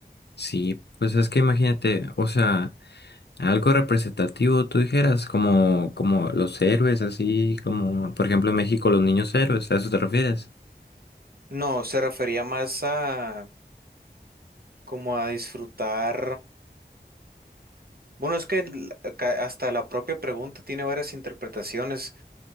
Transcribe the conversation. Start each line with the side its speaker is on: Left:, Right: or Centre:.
Left: Sí, pues es que imagínate, o sea, algo representativo tú dijeras, como, como los héroes, así como, por ejemplo, en México los niños héroes, ¿a eso te refieres?
Right: No, se refería más a como a disfrutar. Bueno, es que l- ca- hasta la propia pregunta tiene varias interpretaciones,